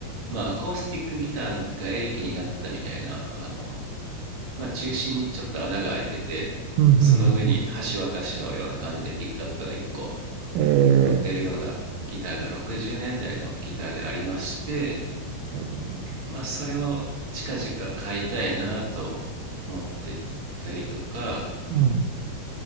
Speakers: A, on the right; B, on the right.
A: まあ、アコースティックギターがエレキになったみたいな、あの、まあ、中心にちょっと穴が開いてて、
B: うん、うん、
A: その上に橋渡しのような感じでピックアップが1個
B: うん。うんえ
A: 乗ってるようなギターが60年代のギターでありまして、
B: ー、
A: まあ、それを近々買いたいなと思ってたりとか、
B: うん。